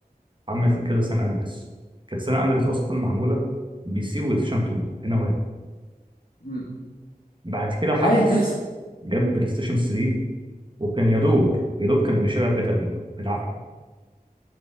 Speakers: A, on the right; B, on the left.
A: عمل كده سان اندريس كانت سان اندريس اصلا معموله بي سي والشان 2 هنا وهنا
B: امم
A: بعد كده حدث
B: عادي بتحصل
A: جاب بلاي ستيشن 3 وكان يا دوب يا دوب كان بيشغل جاتا في بالعافيه